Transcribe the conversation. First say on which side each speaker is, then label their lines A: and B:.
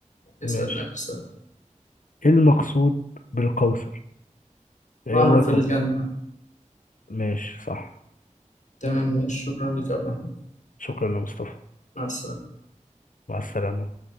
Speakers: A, on the left; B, on the left.
A: اسألنا
B: ماشي
A: آخر سؤال
B: ايه المقصود بالقوس ايه
A: نهر
B: هو القوس
A: في الجنة
B: ماشي صح
A: تمام ماشي شكرا لك يا عبد الرحمن
B: شكرا يا مصطفى
A: مع السلامة
B: مع السلامة